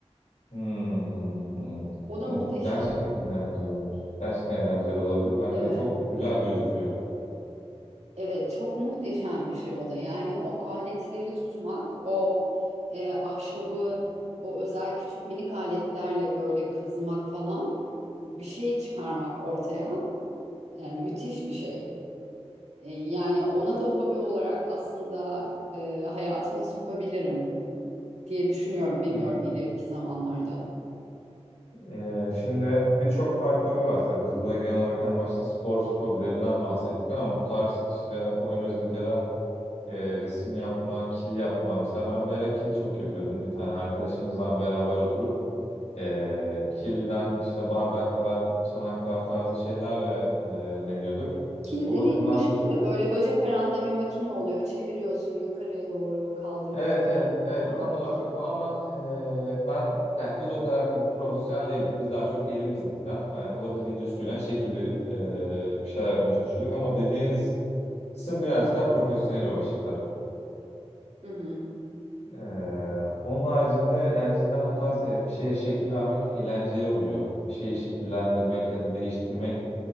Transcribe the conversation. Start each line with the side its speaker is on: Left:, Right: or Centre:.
Left: Hmm.
Right: O da
Left: O
Right: muhteşem.
Left: gerçekten eğlenceli olabilir. Gerçekten eğlenceli olabilir. Bence
Right: Evet,
Left: de çok güzel gözüküyor.
Right: evet çok muhteşem bir şey o da. Yani o aletleri tutmak, o e, ahşabı, o özel küçük minik aletlerle böyle kazımak falan bir şey çıkarmak ortaya e, müthiş bir şey. E, Yani ona da hobi olarak aslında e, hayatıma sokabilirim diye düşünüyorum. Bilmiyorum
Left: Hı.
Right: ileriki zamanlarda.
Left: Ee, şimdi birçok farklı hobi var tabii. Biz burada genel olarak en başta spor hobilerinden bahsettik ama bu tarz işte oymacılık ya da e, resim yapma, kil yapma. Mesela ben bir ara kil çok yapıyordum. Bir tane arkadaşımızla beraber oturup e, kilden işte bardaklar, çanaklar tarzı şeylerle e, deniyorduk.
Right: Kil
Left: O
Right: dediğin
Left: bakımdan
Right: bu şey
Left: da çok
Right: mi? Böyle bacak aranda bir makine oluyor. Çeviriyorsun yukarıya doğru kaldırıyorsun.
Left: Evet evet
Right: Yani,
Left: evet
Right: ha,
Left: tam
Right: okey.
Left: olarak o ama eee, ben yani biz o kadar tabii profesyonel değildik. Biz daha çok elimizden e, olabildiğince suyla şekil verip eee, bir şeyler yapmaya çalışıyorduk. Ama dediğiniz kısım birazcık daha profesyonel o işin tabii.
Right: Hı hı.
Left: Eee, onun haricinde yani cidden o tarz e, bir şeye şekil vermek eğlenceli oluyor. Bir şeyi şekillendirmek ya da değiştirmek